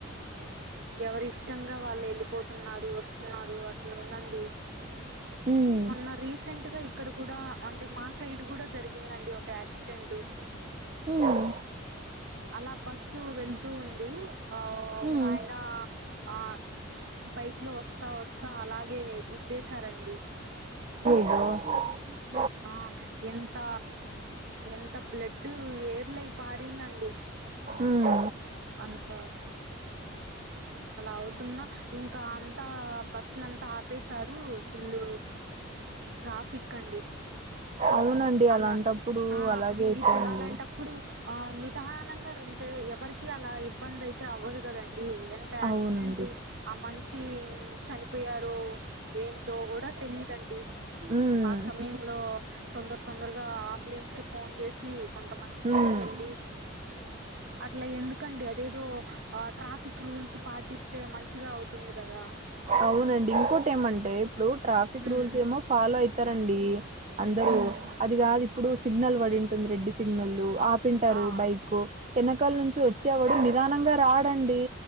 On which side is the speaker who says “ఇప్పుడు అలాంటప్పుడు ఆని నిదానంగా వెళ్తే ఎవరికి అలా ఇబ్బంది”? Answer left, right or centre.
Right